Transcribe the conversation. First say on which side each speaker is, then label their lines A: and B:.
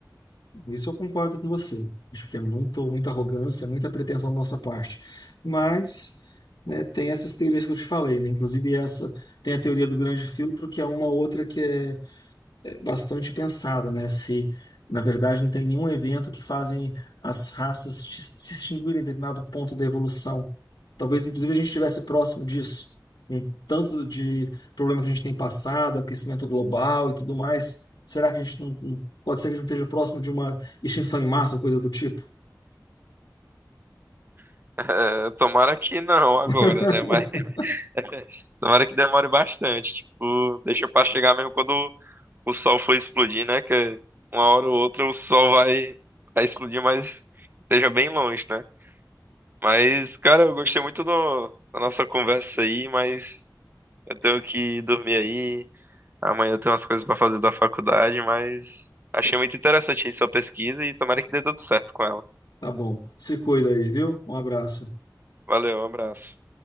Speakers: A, on the left; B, on the right.
A: Isso eu concordo com você. Acho que é muito, muita arrogância, muita pretensão da nossa parte. Mas, né, tem essas teorias que eu te falei, né? Inclusive essa, tem a teoria do grande filtro, que é uma outra que é é, bastante pensada, né? Se, na verdade, não tem nenhum evento que fazem as raças se se extinguirem em determinado ponto da evolução. Talvez, inclusive, a gente estivesse próximo disso, com tanto de problema que a gente tem passado, aquecimento global e tudo mais. Será que a gente não, não- pode ser que a gente esteja próximo de uma extinção em massa ou coisa do tipo?
B: <laughs> É, tomara que não agora,
A: <laughs>
B: né? Mas <laughs> tomara que demore bastante. Tipo, deixa pra chegar mesmo quando o sol for explodir, né? Que uma hora ou outra o sol vai, vai explodir, mas esteja bem longe, né? Mas, cara, eu gostei muito do- da nossa conversa aí, mas eu tenho que dormir aí. Amanhã eu tenho umas coisas pra fazer da faculdade, mas achei muito interessante aí sua pesquisa e tomara que dê tudo certo com ela.
A: Tá bom. Se cuida aí, viu? Um abraço.
B: Valeu, um abraço.